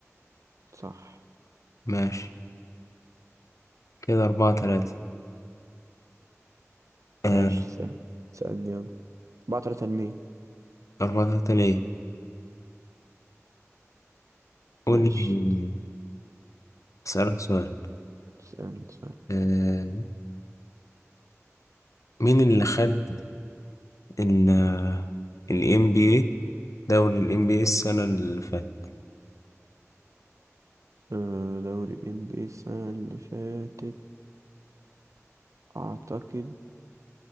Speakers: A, on the right; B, on the left.
A: صح
B: ماشي كده أربعة تلاتة آه
A: ماشي سأل سألني يلا بعترة تنمية
B: أربعة تلاتة ليا قول
A: ماشي
B: لي أسألك سؤال
A: سألني سأل
B: آه مين اللي خد ال ال NBA دوري ال NBA السنة اللي فاتت
A: أه دوري ال NBA السنة اللي فاتت أعتقد